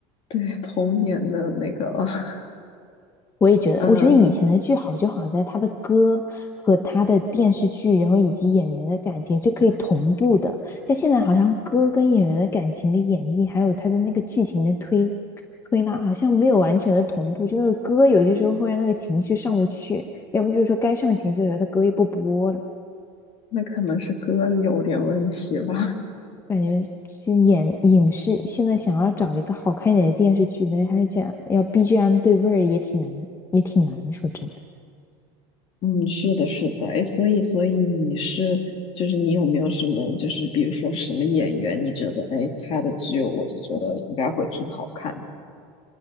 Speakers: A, on the left (about 40°); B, on the left (about 20°).
A: 对，童年的那个，<laughs>
B: 我也觉得，
A: 嗯，
B: 我觉得以前的剧好就好在它的歌和它的电视剧，然后以及演员的感情是可以同步的。但现在好像歌跟演员的感情的演绎，还有它的那个剧情的推推拉，好像没有完全的同步。就那个歌有些时候会让那个情绪上不去，要不就是说该上情绪的时候，它歌又不播了。
A: 那可能是歌有点问题吧。
B: 感觉是演影视现在想要找一个好看一点的电视剧，但是还想要 BGM 对味儿也挺难，也挺难。说真的。
A: 嗯，是的，是的。哎，所以，所以你是，就是你有没有什么，就是比如说什么演员，你觉得，哎，他的剧，我就觉得应该会挺好看的。